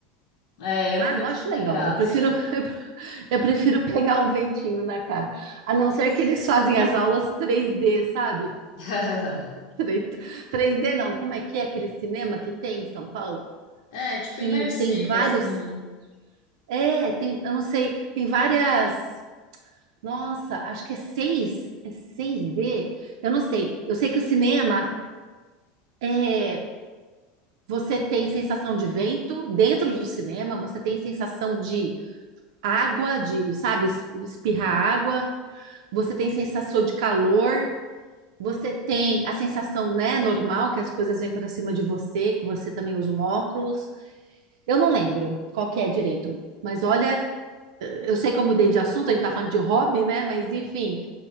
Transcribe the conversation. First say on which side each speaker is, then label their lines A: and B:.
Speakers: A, on the left; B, on the right.
A: É, eu
B: ah,
A: não vejo
B: não acho
A: muita
B: legal.
A: graça.
B: Eu prefiro, <laughs> Eu prefiro pegar um ventinho na cara. A não ser que eles fazem as aulas 3D, sabe?
A: <laughs>
B: 3D 3D não, como é que é aquele cinema que tem em São Paulo?
A: É, tipo
B: Que
A: imersiva,
B: tem vários.
A: assim, né?
B: É, tem, eu não sei, tem várias. Nossa, acho que é 6. é 6D. Eu não sei. Eu sei que o cinema é. Você tem sensação de vento dentro do cinema, você tem sensação de água, de, sabe, es- espirrar água, você tem sensação de calor. Você tem a sensação, né, normal que as coisas vêm para cima de você, que você também usa um óculos. Eu não lembro qual que é direito, mas olha, eu sei que eu mudei de assunto, a gente tá falando de hobby, né? Mas enfim,